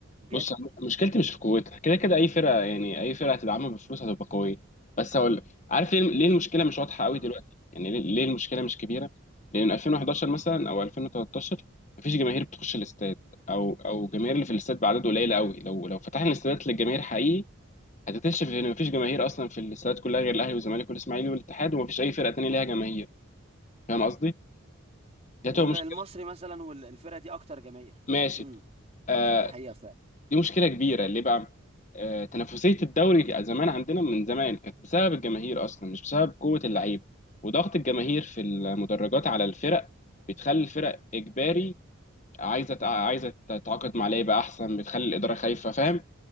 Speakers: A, on the right; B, on the left.
A: جد
B: بص أنا مشكلتي مش في قوتها كده كده اي فرقه يعني اي فرقه هتدعمها بفلوس هتبقى قويه بس هقول لك عارف ليه ليه المشكله مش واضحه قوي
A: امم
B: دلوقتي يعني ليه, ليه المشكله مش كبيره لان 2011 مثلا او 2013 مفيش جماهير بتخش الاستاد او او الجماهير اللي في الاستاد بعدد قليل قوي لو لو فتحنا الاستادات للجماهير حقيقي هتكتشف ان مفيش جماهير اصلا في الاستادات كلها غير الاهلي والزمالك والاسماعيلي والاتحاد ومفيش اي فرقه تانيه ليها جماهير فاهم قصدي دي
A: والمصري
B: هتبقى مشكله
A: مثلا والفرقه دي اكتر جماهير
B: ماشي
A: امم
B: آه،
A: دي حقيقه فعلا
B: دي مشكله كبيره ليه بقى آه، تنافسيه الدوري زمان عندنا من زمان كانت بسبب الجماهير اصلا مش بسبب قوه اللعيبه وضغط الجماهير في المدرجات على الفرق بتخلي الفرق اجباري عايزه تع- عايزه تتعاقد مع لعيبه احسن بتخلي الاداره خايفه فاهم